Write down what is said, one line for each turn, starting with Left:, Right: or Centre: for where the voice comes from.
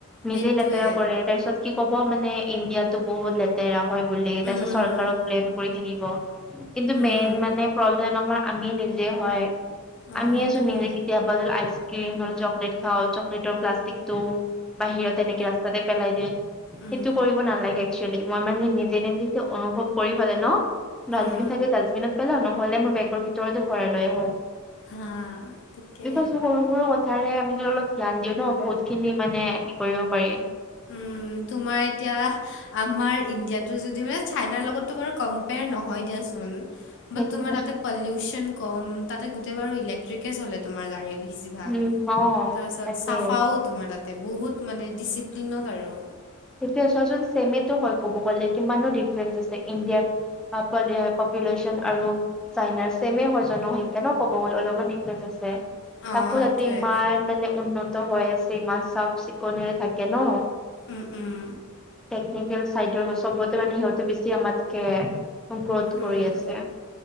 Centre: নিজেই
Left: সেইটোৱে
Centre: লেতেৰা কৰে তাৰ পিছত কি ক'ব মানে ইণ্ডিয়াতো বহুত লেতেৰা হয় বুলি
Left: উম
Centre: তাৰপিছত চৰকাৰক ব্লেম কৰি থাকিব। কিন্তু
Left: উম
Centre: মেইন মানে আমাৰ আমিয়ে নিজে হয়,
Left: অ
Centre: আমিয়ে
Left: সেইটো
Centre: চোন নিজে
Left: হয়
Centre: এতিয়া বদল আইচক্ৰীম নহলে চকলেট খাওঁ চকলেটৰ প্লাষ্টিকটো বাহিৰত এনেকে ৰাস্তাতে পেলাই দিয়ে
Left: উম
Centre: সেইটো কৰিব নালাগে এক্সুৱেলী। মই মানে নিজে নিজে অনুভৱ কৰি পালে ন
Left: উম
Centre: ডাষ্টবিন থাকে ডাষ্টবিনত পেলা ন হ'লে মই বেগৰ ভিতৰতে ভৰাই লৈ আহো।
Left: হা ঠিকে।
Centre: বিকজ সৰু সৰু কথাৰে আমি অলপ ধ্যান দিওঁ ন বহুত খিনি মানে হে কৰিব পাৰি।
Left: উম, তোমাৰ এতিয়া আমাৰ ইণ্ডিয়াতো যদি মানে চাইনাৰ লগতো বাৰু কম পেয়াৰ নহয় দিয়াচোন।
Centre: সেইটোৱে
Left: বাট তোমাৰ তাতে পলিউশন কম তাতে গোটেই বাৰু ইলেক্ট্ৰিকে চলে তোমাৰ গাড়ী বেছিভাগ।
Centre: উম অ
Left: তাৰপিছত
Centre: তাকে
Left: চাফাও তোমাৰ তাতে বহুত মানে ডিচিপ্লিনত আৰু।
Centre: সেইটোৱে চোৱা চোৱা ছেমেটো হয় ক'ব গ'লে কিমানো ডিফাৰেন্ঞ্চ আছে ইণ্ডিয়াৰ পপুলেশ্যন আৰু চাইনাৰ ছেমে হয় জনসংখ্যা ন ক'ব গ'ল অলপমান ডিফাৰেন্ঞ্চ আছে।
Left: অ',
Centre: তাকো যাতে
Left: সেইটোৱে
Centre: ইমান মানে উন্নত হৈ আছে ইমান চাফ চিকুণৰে থাকে ন।
Left: উম উম।
Centre: টেকনিকেল চাইডৰ চবতে মানে সিহঁতে বেছি আমাতকে। গ্ৰথ
Left: উম
Centre: কৰি
Left: উম
Centre: আছে